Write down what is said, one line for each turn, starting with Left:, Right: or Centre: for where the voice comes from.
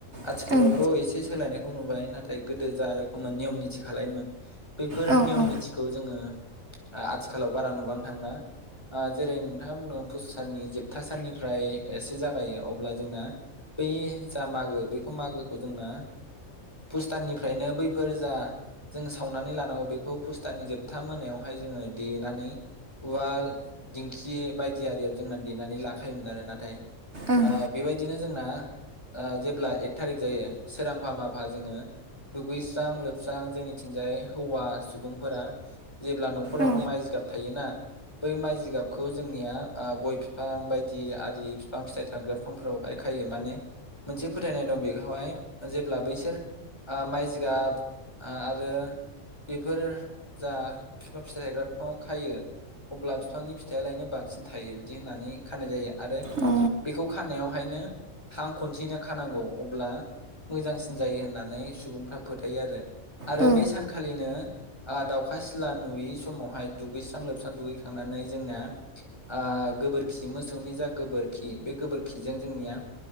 Left: आथिखालावथ'
Right: ओं
Left: एसे सोलायनायखौ नुबाय नाथाय गोदो जा रोखोममोन नियम निथि खालायोमोन बैफोर
Right: औ ओं
Left: नियम
Right: औ
Left: निथिखौ जोङो आथिखालाव बारा नुबांनो थांला ओ जेरै नोंथाङा बुङो फुस साननि जोबथा साननिफ्राय एसे जागायो अब्ला जोंना बै जा मागो बेखौ मागोखौ जोंना फुस दाननिफ्रायनो बैफोर जा जोङो सावनानै लानांगौ बेखौ फुस दाननि जोबथा मोनायावहाय जोङो देनानै उवाल दिंखि बायदि आरियाव जोंना देनानै लाखायोमोन आरो नाथाय
Right: उम
Left: ओ बेबायदिनो जोंना ओ जेब्ला एक थारिक जायो सोरां मुफा माफा जोङो दुगैस्रां लोबस्रां जोंनिथिंजाय हौवा सुबुंफोरा जेब्ला न'खरावथ'
Right: उम
Left: माइ जिगाब थायोना बै माइ जिगाबखौ जोंनिया आ गय बिफां बायदि आरि बिफां फिथाइ थाग्रा बिफांफ्राव हाय खायो माने मोनसे फोथायनाय दं बेखौहाय जेब्ला बैसोर आ माइ जिगाब आ आरो बेफोरो जा फिफां फिसा थायग्रा फिफाङाव खायो अब्ला फिफांनि फिथाइआलायनो बांसिन थायो बिदि होननानै खानाय जायो। आरो
Right: अ
Left: बेखौ खानायावहायनो हां खनसेनो खानांगौ अब्ला मोजांसिन जायो होननानै सुबुंफ्रा फोथायो आरो आरो
Right: अ
Left: बे सानखालिनो आ दाउखा सिला नुयै समावहाय दुगैस्रां लोबस्रां दुगैखांनानै जोंना आ गोबोरखि मोसौनि जा गोबोरखि बे गोबोरखिजों जोंनिया